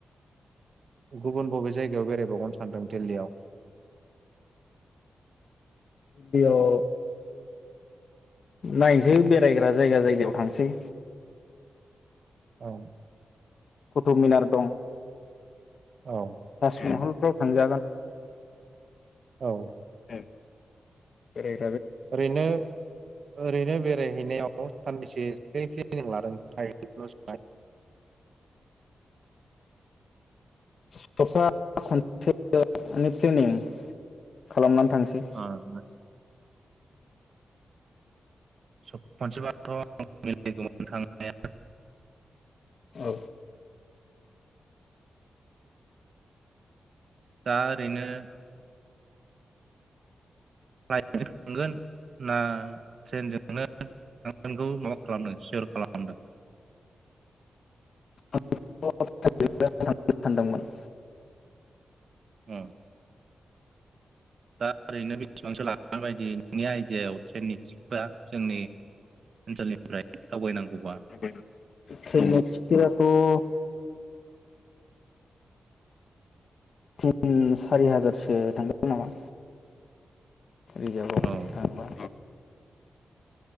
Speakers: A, on the right; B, on the left.
A: गुबुन बबे जायगायाव बेरायबावगोन सानदों दिल्लीयाव।
B: दिल्ली आव नायसै बेरायग्रा जायगा जायगायाव थांसै।
A: औ
B: कुथुबमिनार दं।
A: औ
B: ताज महल फ्राव थांजागोन
A: औ
B: <unintelligible> जेरै
A: ओरैनो-ओरैनो बेरायहैनायाव सानबैसे प्लेनिं लादों‌ जाय
B: सप्ता खनसे प्लेनिं खालामनानै थांसै
A: ओ आह <unintelligible>
B: औ
A: दा ओरैनो थांगोन ना ट्रेनजोंनो थांगोनखौ माबा खालामदों सियर खालामदों
B: सानदोंमोन
A: औ दा ओरैनो बेसेबां सो लागोन बादि नोंनि आइदियाव ट्रेननि टिकेटा जोंनि ओनसोलनिफ्राय दावबायनांगौ
B: <unintelligible> <unintelligible> तिन सारि हाजारसो थांगोन नामा रिजाभआव
A: औ
B: थांबा